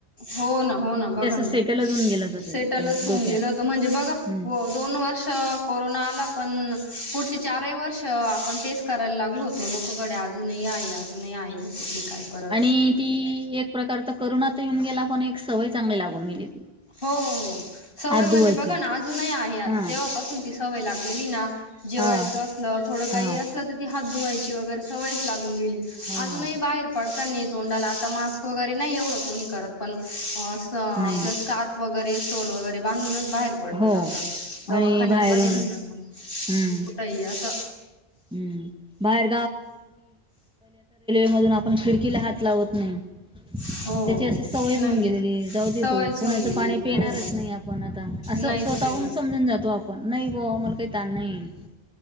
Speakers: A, on the left; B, in the centre.
A: हो ना, हो ना, बघा ना
B: सेटलच होऊन गेलं तर ते
A: सेटलच
B: डोक्यात
A: होऊन गेल होत म्हणजे बघ
B: हम्म.
A: दोन वर्ष कोरोना आला पण पुढचे चारही वर्ष आपण तेच करायला लागलो होतो. हो नको गड्या अजूनही आहे अजूनही आहे होतो कि काय परत
B: आणि ती एक प्रकार तर करुणात येऊन गेला पण एक सवय चांगली लागून गेली ती.
A: हो हो सवय
B: हात
A: म्हणजे
B: धुवायची
A: बघा ना अजूनही आहे आता
B: हा
A: तेव्हापासून ती सवय लागते. जेवायच
B: हा
A: अस थोड काही
B: हा.
A: असलं तर ती हात धुवायची वगैरे सवयच लागून गेली.
B: हो
A: अजूनही बाहेर पडत नाही तोंडाला आता मास्क वगैरे नाही एवढं कोणी करत, पण आपलं
B: नाही ना
A: स्कार्फ वगैरे स्टोल वगैरे बांधूनच बाहेर पडलं
B: हो.
A: जात दवाखान्यांमध्ये
B: आणि बाहेरून
A: म्हण
B: हम्म
A: कुठही असं
B: हम्म बाहेर मधून आपण खिडकीला हात लावत नाही.
A: हो.
B: त्याची
A: हो
B: अशी सवयचं
A: नाही
B: होऊन गेलेली
A: नाही
B: जाऊ दे
A: सवयच
B: भाऊ कुणाचं
A: होऊन गेली
B: पाणी पिणारच
A: हो
B: नाही आपण आता असं
A: नाहीच
B: स्वतःहून
A: ते ना
B: पण समजून जातो आपण नाही बो मला काही ताण नाही.